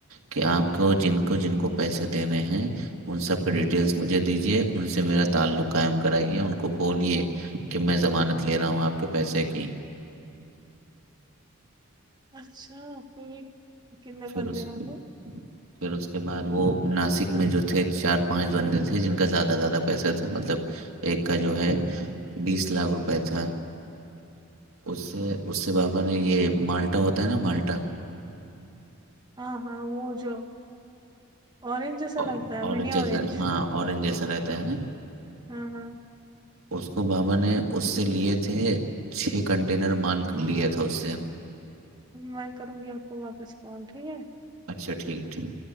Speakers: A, on the right; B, on the right.
A: کہ آپ کو جن کو جن کو پیسے دینے ہیں ان سب کے ڈیٹیلس مجھے دیجیے ان سے میرا تعلق قائم کرائیے ان کو بولیے کہ میں زمانت لے رہا ہوں آپ کے پیسے کی
B: اچھا آپکے یہ کتنے
A: پھر
B: بندے
A: اس
B: ہوں گے
A: <inaudible> پھر اس کے بعد وہ ناسک میں جو تھے چار پانچ بندے تھے جن کا زیادہ سے زیادہ پیسہ تھا مطلب ایک کا جو ہے بیس لاکھ روپئے تھا اس سے اس سے بابا نے یہ مالٹا ہوتا ہے نا مالٹا
B: ہاں ہاں وہ جو اورینج جیسا
A: اورنج
B: لگتا ہے منی
A: جیسا
B: اورینج
A: ہاں اورنج جیسا رہتا ہے ہیں
B: ہاں ہاں
A: اس کو بابا نے اس سے لیے تھے چھ کنٹینر مال لیا تھا اس سے
B: میں کروں گی آپ کو واپس کال ٹھیک ہے
A: اچھا ٹھیک ہے ٹھیک